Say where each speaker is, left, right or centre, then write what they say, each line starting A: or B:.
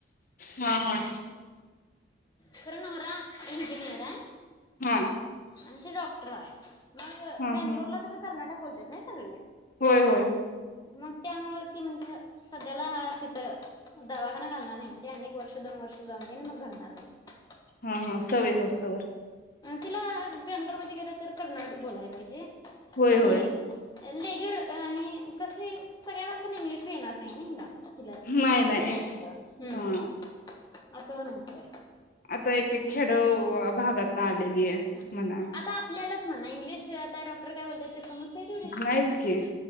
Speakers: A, on the left; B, on the left.
A: हा हा
B: खरं नवरा इंजिनीयरय
A: हं
B: आणि ती डॉक्टराय, मग
A: हा
B: बेंगलोरला
A: हा
B: कसं कर्नाटक बोलत्यात ना सगळी
A: होय होय
B: मग त्यामुळं ती म्हणत्या सध्याला तिथं दवाखाना घालणार नाही, म्हणती अनेक वर्ष दोन वर्ष जाऊन दे आणि मग घालणार म्हणती
A: हा हा सवय होवूस्तवर
B: तिला बेंगलोरमध्ये गेलं तर कनंड बोलाय पाहिजे
A: होय
B: आणि
A: होय
B: लेग्युर आणि कस सगळ्या माणसना इंग्लिशीबी येणार नाही ना हिला हीला
A: नाही नाही
B: हीच्या संग, हम्म
A: हा
B: अस पण होतय
A: आता एके एक खेडं भागात आलेली <unintelligible>
B: ह
A: म्हणा
B: आता आपल्यालाच म्हणा इंग्लिश आता डॉक्टर काय बोलत्यात ते समज तय तेवढीच?
A: नाहीच की